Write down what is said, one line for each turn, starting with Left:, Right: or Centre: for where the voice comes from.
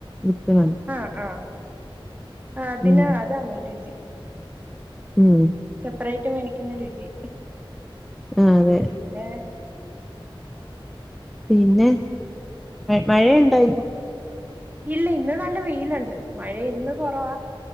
Centre: വിത്തു മന്തി.
Right: ആഹ ആ ആ അതിന്
Centre: ഉം
Right: അതാണ് രുചി.
Centre: ഉം.
Right: സെപ്പറേറ്റ് മേടിക്കുന്ന രുചി.
Centre: ആ അതെ.
Right: പിന്നെ
Centre: പിന്നെ മഴയുണ്ടോന്ന് ഇന്ന്?
Right: ഇല്ല ഇന്ന് നല്ല വെയിലുണ്ട് മഴ ഇന്ന് കൊറവാ.